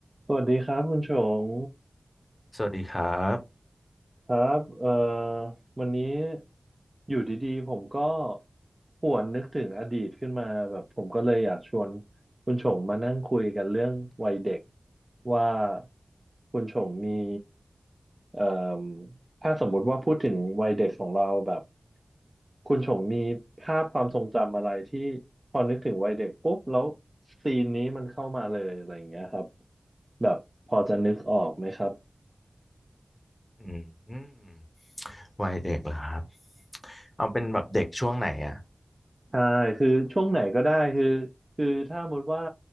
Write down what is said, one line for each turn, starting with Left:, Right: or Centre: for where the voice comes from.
Right: สวัสดีครับคุณชง
Left: สวัสดีครับ
Right: ครับเอ่อวันนี้อยู่ดีๆผมก็หวนนึกถึงอดีตขึ้นมาแบบผมก็เลยอยากชวนคุณชงมานั่งคุยกันเรื่องวัยเด็กว่าคุณชงมีเอ่มถ้าสมมุติว่าพูดถึงวัยเด็กของเราแบบคุณชงมีภาพความทรงจำอะไรที่พอนึกถึงวัยเด็กปุ๊บแล้วซีนนี้มันเข้ามาเลยอะไรอย่างเงี้ยครับแบบพอจะนึกออกไหมครับ
Left: อืมวัยเด็กเหรอครับเอาเป็นแบบเด็กช่วงไหนอ่ะ
Right: ใช่คือช่วงไหนก็ได้คือคือถ้าสมมติว่า